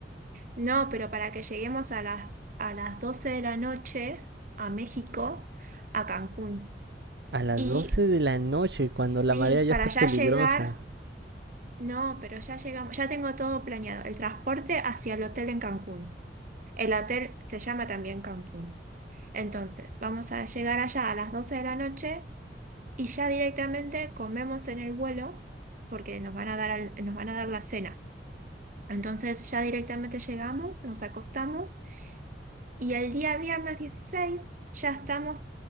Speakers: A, on the right (about 50°); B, on the right (about 65°).
A: No, pero para que lleguemos a las, a las 12 de la noche a México, a Cancún.
B: A las
A: Y
B: 12 de la noche, cuando
A: sí,
B: la marea ya
A: para
B: está
A: ya
B: peligrosa.
A: llegar, no, pero ya llegamos, ya tengo todo planeado. El transporte hacia el hotel en Cancún. El hotel se llama también Cancún. Entonces, vamos a llegar allá a las doce de la noche y ya directamente comemos en el vuelo porque nos van a dar, al- nos van a dar la cena. Entonces, ya directamente llegamos, nos acostamos. Y el día viernes 16 ya estamos